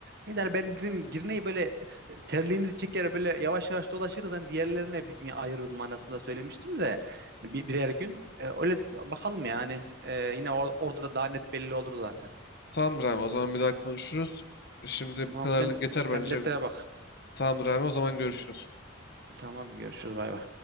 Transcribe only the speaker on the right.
Neyse hani ben dedim Girne'yi böyle e, terliğimizi çeker böyle yavaş yavaş dolaşırız. Hani diğerlerine bir gün ayırırız manasında söylemiştim de. Hani bir, birer gün. E, öyle bakalım yani. E, yine or- orada da daha net belli olur zaten.
Tamam
sen
sen biletlere bak.
Tamam görüşürüz bay bay.